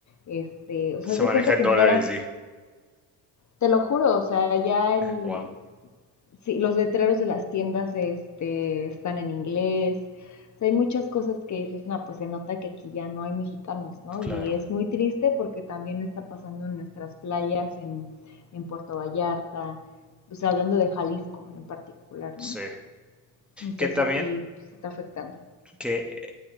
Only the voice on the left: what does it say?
este, o sea,
haz de
cuenta que
entraras,
te lo juro, o sea, ya el,
sí, los letreros de las tiendas este, están en inglés. O sea, hay muchas cosas que dices, no, pues se nota que aquí ya no hay mexicanos, ¿no?
Y es muy triste porque también está pasando en nuestras playas, en, en Puerto Vallarta, o sea, hablando de Jalisco en particular, ¿no?
Entonces
sí, pues está afectando.